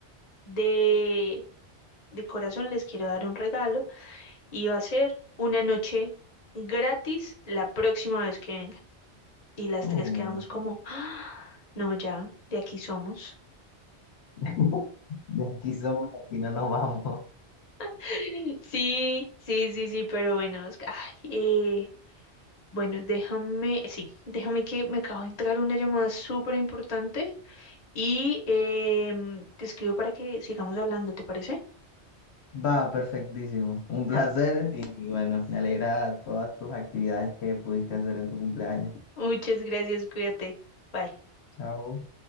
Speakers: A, on the left; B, on the left.
A: De, de corazón les quiero dar un regalo y va a ser una noche gratis la próxima vez que vengan. Y las
B: Oh,
A: tres quedamos como, "Ah, no, ya, de aquí somos.
B: <laughs> de aquí somos, de aquí no nos vamos.
A: <laughs> Sí, sí, sí, sí, pero bueno, es que, ay, eh, Bueno, déjame, sí, déjame que me acabo de entrar una llamada súper importante y em, te escribo para que sigamos hablando, ¿te parece?
B: Va, perfectísimo. Un placer
A: Da.
B: y bueno, me alegra todas tus actividades que pudiste hacer en tu cumpleaños.
A: Muchas gracias, cuídate. Bye.
B: Chao.